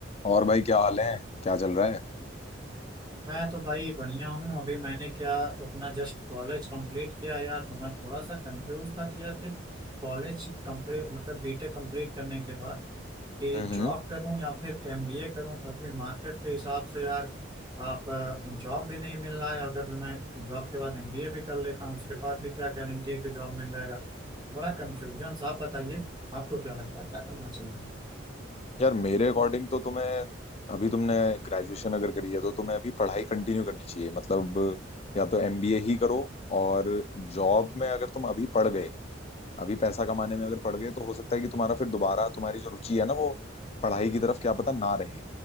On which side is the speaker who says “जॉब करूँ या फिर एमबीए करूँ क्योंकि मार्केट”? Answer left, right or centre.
Right